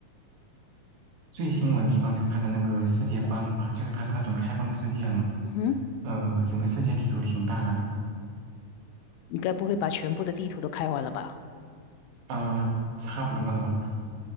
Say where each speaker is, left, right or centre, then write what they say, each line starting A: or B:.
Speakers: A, on the right; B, on the left.
A: 最吸引我的地方就是他的那个世界观吧，就是他是那种开放世界嘛。
B: 嗯哼，
A: 呃，整个世界地图挺大的，
B: 你该不会把全部的地图都开完了吧？
A: 啊、差不多了吧？